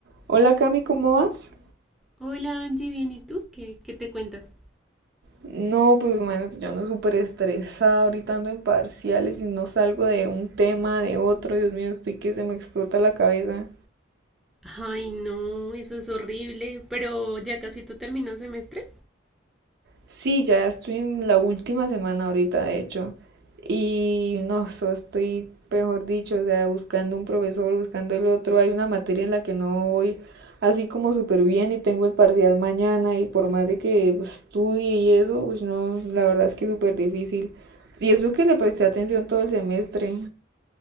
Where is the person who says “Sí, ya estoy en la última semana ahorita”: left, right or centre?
Right